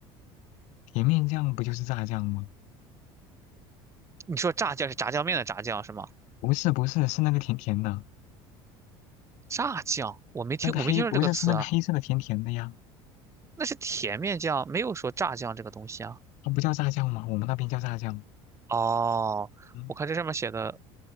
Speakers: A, on the left; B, on the right.
A: 甜面酱不就是炸酱吗？
B: 你说炸酱是炸酱面的炸酱是吗？
A: 不是不是，是那个甜甜的，
B: 炸酱，我没听，
A: 那个黑不是是那个黑色的甜甜的呀，
B: 我没听说这个词啊。那是甜面酱，没有说炸酱这个东西啊。
A: 它不叫炸酱吗？我们那边叫炸酱。
B: 哦，
A: 嗯，
B: 我看这上面写的